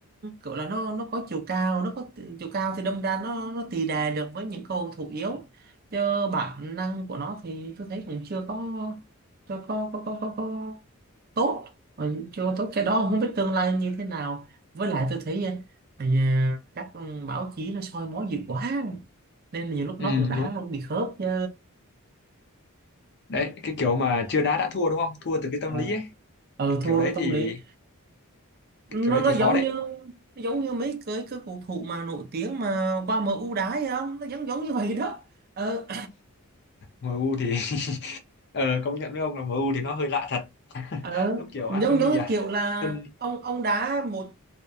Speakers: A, on the right; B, on the left.
A: kiểu là nó nó có chiều cao nó có t- chiều cao thì đâm ra nó nó tì đè được với những cầu thủ yếu chứ bản năng của nó thì tôi thấy cũng chưa có chưa có có có có, có tốt rồi chưa tốt cái đó không biết tương lai như thế nào với lại tôi thấy ờ, thì, ờ, các ừ, báo chí nó soi mói dữ quá nên là nhiều lúc
B: Ừ,
A: nó cũng đã
B: đúng.
A: luôn bị khớp chứ
B: đấy cái kiểu mà chưa đá đã thua đúng không thua từ cái tâm
A: ờ
B: lý ấy
A: ờ,
B: cái
A: thua
B: kiểu đấy
A: cái tâm
B: thì
A: lý nó
B: cái kiểu đấy
A: nó
B: thì
A: giống
B: khó đấy
A: như nó giống như mấy cái cái cầu thủ mà nổi tiếng mà qua em u đá vậy không nó giống giống như vậy đó Ờ
B: MU thì <laughs> ờ công nhận với ông là MU thì nó hơi lạ thật <laughs>
A: Ờ,
B: giống kiểu
A: giống
B: Anthony
A: giống cái
B: à
A: kiểu là
B: Anthony.
A: ông ông đá một